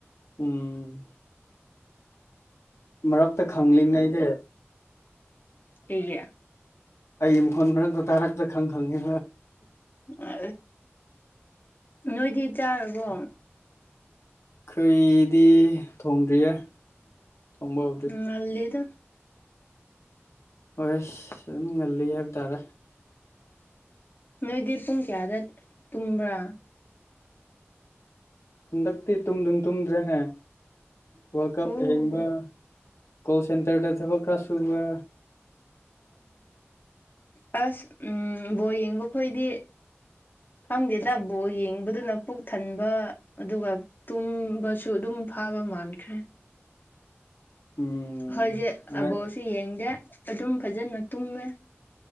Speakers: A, on the left (about 80°); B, on the left (about 45°).
A: ꯎꯝ ꯃꯔꯛꯇ ꯈꯪꯂꯤꯝꯅꯦ ꯑꯩꯗꯤ
B: ꯍꯒꯌꯥ
A: ꯇ ꯃꯈꯣꯟ ꯃꯔꯛꯇ ꯇꯥꯔꯛꯇ ꯈꯪ ꯈꯪꯉꯤ
B: ꯑ ꯅꯣꯏꯗꯤ ꯆꯥꯔꯕꯣ
A: ꯀꯩꯗꯤ ꯊꯣꯡꯗ꯭ꯔꯤꯌꯦ ꯊꯣꯡꯕ ꯍꯧꯗ꯭ꯔꯤ
B: ꯎꯜꯗ
A: ꯍꯣꯏ ꯑꯁ ꯑꯗꯨꯝ ꯉꯜꯂꯤ ꯍꯥꯏꯕ ꯇꯥꯔꯦ
B: ꯅꯣꯏꯗꯤ ꯄꯨꯡ ꯀꯌꯥꯗ ꯇꯨꯝꯕ꯭ꯔꯥ
A: ꯍꯟꯗꯛꯇꯤ ꯇꯨꯝꯗꯨꯨꯝ ꯇꯨꯝꯗ꯭ꯔꯦꯅꯦ ꯋꯥꯔꯜ ꯀꯞ
B: ꯑꯣ
A: ꯍꯤꯡꯕ ꯀꯣꯜ ꯁꯦꯟꯇꯔꯗ ꯊꯕꯛ ꯈꯔ ꯁꯨꯕ
B: ꯑꯣ ꯑꯁ ꯎꯝ ꯕꯣ ꯌꯦꯡꯕꯈꯣꯏꯗꯤ ꯈꯪꯗꯦ ꯇꯕꯣ ꯌꯦꯡꯕꯗꯨꯅ ꯄꯨꯛ ꯊꯟꯕ ꯑꯗꯨꯒ ꯇꯨꯝꯕꯁꯨ ꯑꯗꯨꯝ ꯐꯥꯕ ꯃꯥꯟꯈ꯭ꯔꯦ
A: ꯎꯝ
B: ꯍꯣꯏꯁꯦ
A: ꯌꯥꯏ
B: ꯑꯕꯣꯛꯁꯨ ꯌꯦꯡꯗꯦ ꯑꯗꯨꯝ ꯐꯖꯅ ꯇꯨꯝꯃꯦ